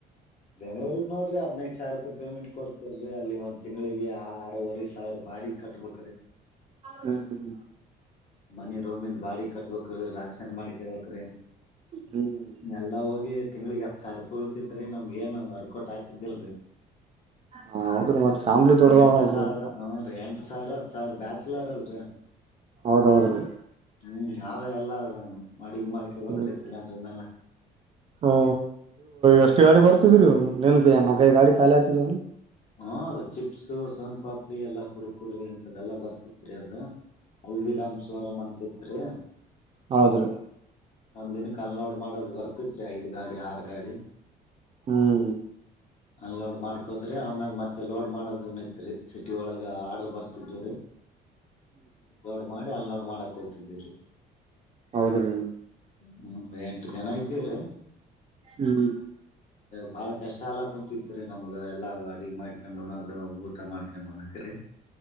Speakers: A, on the left; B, on the right.
A: ಬೆಂಗಳೂರಿಗೆಗ್ ನೋಡ್ರಿ ಹದಿನೈದು ಸಾವಿರ ರೂಪಾಯಿ ಪೇಮೆಂಟ್ ಕೊಡ್ತರರಿೀ ಅಲ್ಲಿ ಒ ತಿಂಗಳಿಗೆ ಆರೂವರೆ ಸಾವಿರ ಬಾಡಿ ಕಟ್ಬೇಕ್ರೀ
B: ಹ್ಮ್ ಹ್ಮ್
A: ಮನ ರೋಮಿಂದ ಬಾಡಿ ಕಟ್ಬೇಕಕ್್ರೀ ರಾಶನ್ ಮಾಡಕೇಳ್ಬಕ್್ರೀ
B: ಹ್ಮ್
A: ಎಲ್ಲ ಹೋಗಿ ತಿಂಗಳಿಗೆ ಹತ್ತು ಸಾವಿರ ತೋಳ್ತಿದ್ರೆ ಏನು ವರ್ಕೌಟ್ ಆಗ್ತಿದ್ದಿಲ್ರರಿ
B: ಹಾ ಹೌದ್ರಿ ಮತ್ ಫ್ಯಾಮ್ಲಿ ದೊಡ್ಡದದಲ್ರಿ
A: ಎಂಟು ಸಾವಿರ ಹಾ ರೀ ಎಂಟು ಸಾವಿರ ಹತ್ತು ಸರ್ ಬ್ಯಾಚಲರ್ ಅಲ್ರರಿ
B: ಹೌದೌದಲ್ಲ
A: ಹ್ಮ್ ನಾವೇ ಎಲ್ಲ ಮಡಿಗೆ ಮಾಡ್ಕೇಬೇಕ್ರೀ
B: ಹ್ಮ್
A: ಸಿಲಿಲೆಂಡರ್ ಮೇಲೆ
B: ಹ ಎಷ್ಟು ಗಾಡಿ ಬರ್ತಿದ್ರೀ ನನ್ ಕಕೈ ಗಾಡಿ ಖಾಲಿ ಆಗ್ತಿದನ್
A: ಹಾ ಅದ ಚಿಪ್ಸ್ು ಸೋನ್ ಪಾಪಡಿ ಎಲ್ಲಾ ಕುರ್ಕುರಿ ಇಂತದೆಲ್ಲಾ ಬರ್ತಿತ್ರಿ ಅದ ಹಲ್ದಿರಾಮ್ ಸ್ವರಂ ಅಂತ ಹರಿ
B: ಹೌದ್ರೀ
A: ಒಂದ್ ದಿನಕ್ಕೆ ಅನ್ಲೋಡ್ ಮಾಡದು ಬರ್ತಿತ್ರಿ ಐದ್ ಗಾಡಿ ಆರು ಗಾಡಿ
B: ಹ್ಮ್
A: ಅನ್ಲೋಡ್ ಮಾಡ್ಕೋದ್ರೆ ೀ ಆಮೇಲೆ ಮತ್ತೆ ಲೋಡ್ ಮಾಡೋದನ್ ಐತ್ರಿ ಸಿಟಿ ಒಳಗ ಆರ್ಡರ್ ಬರ್ತ ಿದ್ದೇರೆ ದೋಡ್ ಮಾಡಿ ಅಲ್ಲಿ ನೋಡ್ ಮಾಡಕ್ ಹತಿದ್ದೀರಿ
B: ಹೌದ್ರೀ
A: ಹ್ಮ್ ಎಂಟು ಜನ ಇದ್ದೀರ
B: ಹ್ಮ್
A: ಬಹಳ ಕಷ್ಟ ಅಲ್ಲ ಕುಂತಿತ್ ರರಿ ನಮ್ಗ ಎಲ್ಲಾ ಅಾಡಿಗೆ ಮಾಡ್ಕೊಂಡೋಣ ಅದು ಊಟ ಮಾಡ್ಕೊಂಡ್ೋಣ ಹಾಕ್ರರಿ